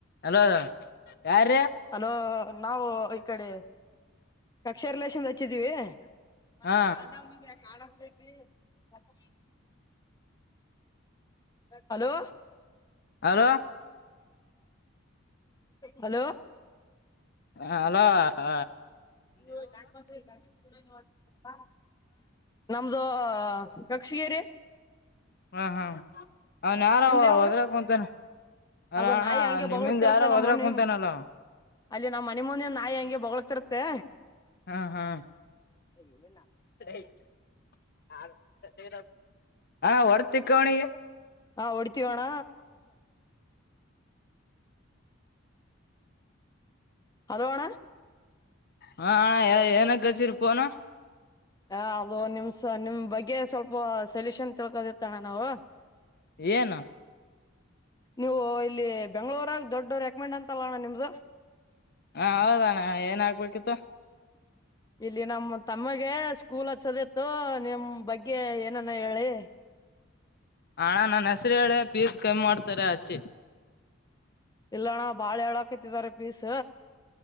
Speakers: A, on the left (about 50°); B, on the left (about 20°).
A: Hello ಯಾರ್ರೀ
B: hello ನಾವು ಈ ಕಡೆ ಕಕ್ಷಾ ರಿಲಷನ್ ಹಚ್ಚಿದೀವಿ ಮತ್ರ
A: ಹಾ
B: ಕಾ ಕ ಹ್ಮ್ಮ್ ಹ್ಮ್ಮ್. ಹಲೋ
A: ಹಲೋ
B: ಹಲೋ
A: ಹ ಅಲೋ ಹ
B: ನೀ ಗಾ ಮಾತ್ರ <unintelligible> ಸ್ಪ ನಮ್ದು ಕಕ್ಷಿಗೇರಿ
A: ಹಾ ಹಾ ಹನ್ ಯಾರ
B: ಯಾವರು
A: ಒದ್ರಕ್ ಕುತೇನೆ ಅಲ್ಲ
B: ಅದು
A: ಅಣ್ಣ
B: ನಾಯಿ ಹಂಗೆ
A: ನಿಮ್ಮಿಂದ
B: ಬೊಗಳತಿರುತ್ತೆ
A: ಯಾರ
B: ನಮ್ಮ
A: ಒದ್ರಕ್
B: ಮನಿ
A: ಕುಂತಾನಲ್ಲ
B: ಅಲ್ಲಿ ನಾವ್ ಮನೆಿ ಮನನ್ ನಾಯಿ ಹಂಗೆ ಬಗಳತಿರತ್ತೆ
A: ಹಾ ಹಾ
B: ಹೇಗ ನಿನ್ನ <inaudible>
A: <unintelligible> ಹಾ ಹೊರ್ತಿಕ್ಕವಣಿಗೆ
B: ಹ ಹೊಡೆತೀವಣ್ಣ <unintelligible>
A: ಹಣ ನ ಗಚರ್ ಪನ
B: ಹ ಅದು ನಿಮ್ಸ ನಿಮ್ ಬಗ್ಗೆ ಸ್ವಲ್ಪ ಸೊಲ್ಯೂಷನ್ ತಿಳ್ಕೋದಿರ್ತ್ತಣ್ಣ ನಾವು
A: ಏನು
B: ನೀವು ಇಲ್ಲಿ ಬೆಂಗ್ಗಳೂರಾಗ ದೊಡ್ಡ ರೆಕಮೆಂಡ್ ಅಂತಲ್ಲಣ್ಣ ನಿಮ್ದು
A: ಹಾ ಹೌದಣ್ಣ ಏನ್ ಆಯ್ಕ್ಬೇಕಿತ್ತು
B: ಇಲ್ಲಿ ನಮ್ಮ್ ತಮ್ಮಗೆ ಸ್ಕೂಲ್ ಹಚ್ಚೋದಿತ್ತು ನಿಮ್ ಬಗ್ಗೆ ಏನನ್ನ ಹೇಳಿ
A: ಹಣ ನನ್ ಹೆಸರು ಹೇಳಳೆ ಪೀಸ್ ಕಮ್ಮಿ ಮಾಡ್ತಾರೆ ಹಚ್ಚಿ
B: ಇಲ್ಲ ಅಣ್ಣ ಬಾಳ ಹ ಹೇಳಳ್ ಹಾಕತ್ತಿದ್ದಾರೆ ಪೀಸ